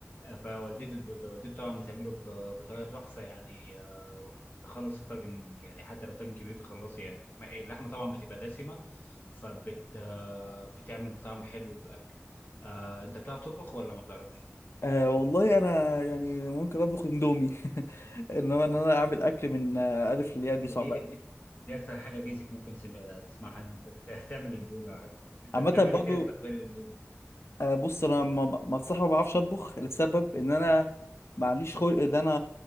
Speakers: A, on the left; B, on the left.
A: فوالدتي والدتي طبعا بتعمله ب- بطريقه تحفه يعني آه، تخلص الطاجن يعني حتى لو طاجن كبير تخلصه يعني ما- اللحمه طبعا بتبقى دسمه فبت آه، بتعمل طعم حلو للاكل آه، انت بتعرف تطبخ ولا ما بتعرفش
B: آه والله انا يعني ممكن اطبخ اندومي <laughs> انما ان انا اعمل اكل من آه، الف للياء دي صعبه
A: دي دي,
B: قوي
A: دي اكتر حاجه بيزك ممكن تسم- تسمعها إن انت بت- تعمل اندومي او حاجه انت
B: عامه
A: بتعمل
B: برضه
A: ايه تاني طب غير الاندومي
B: آه، بص انا ما ب- ما الصراحه ما بعرفش اطبخ لسبب ان انا معليش خلق ان انا